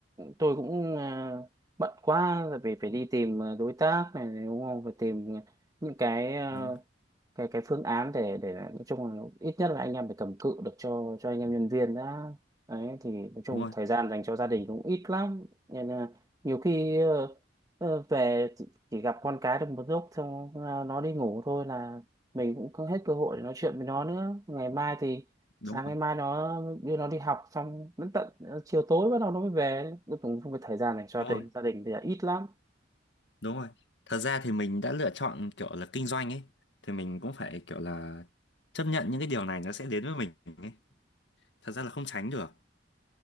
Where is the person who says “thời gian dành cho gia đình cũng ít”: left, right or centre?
Right